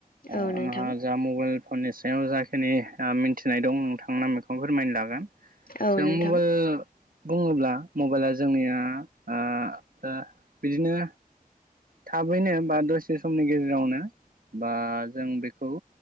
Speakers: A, on the right; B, on the left.
A: आंहा
B: औ नोंथां
A: जा मबाइल फननि सायाव जाखिनि मिथिनाय दं नोंथांमोना बेेखौनो फोरमायनो लागोन।
B: औ
A: जों
B: नोंथां
A: मबाइल बुंङोब्ला मबाइला जोंनिया आं बिदिनो थाबैनो बा दसे समनि गेजेरावनो बा जों बेखौ